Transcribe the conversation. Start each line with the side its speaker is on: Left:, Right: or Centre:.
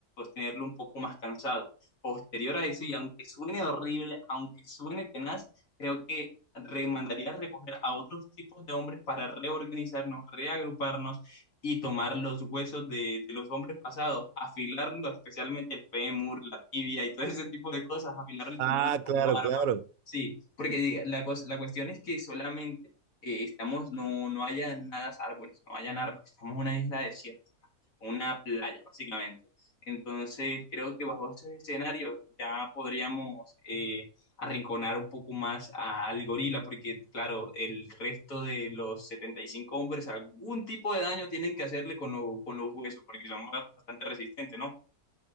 Left: tenerlo un poco más cansado. Posterior a eso, y aunque suene horrible, aunque suene tenaz, creo que mandaría recoger a otros tipos de hombres para reorganizarnos, reagruparnos y tomar los huesos de, de los hombres pasados, afilarlo, especialmente el fémur, la tibia y todo ese tipo de cosas, afilarlo y tomarlo
Right: Ah,
Left: como
Right: claro,
Left: arma.
Right: claro.
Left: Sí, porque la, cosa- la cuestión es que solamente eh, estamos, no, no haya nada árboles, no hayan árboles, estamos en una isla desierta una playa, básicamente. Entonces, creo que bajo ese escenario ya podríamos eh, arrinconar un poco más a- al gorila, porque claro, el resto de los 75 hombres algún tipo de daño tienen que hacerle con, lo- con los huesos, porque son ba- bastante resistentes, ¿no?